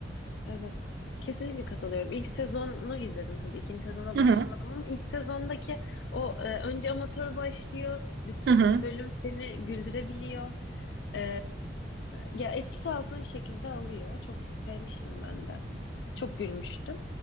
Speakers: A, on the left; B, on the right.
A: Evet. Kesinlikle katılıyorum. İlk sezonu izledim tabii. İkinci sezona
B: Hı
A: başlamadım
B: hı.
A: ama ilk sezondaki o e, önce amatör başlıyor. Bütün
B: Hı hı.
A: bölüm seni güldürebiliyor. Ee, ya etkisi altına bir şekilde alıyor. Çok sevmiştim ben de. Çok gülmüştüm.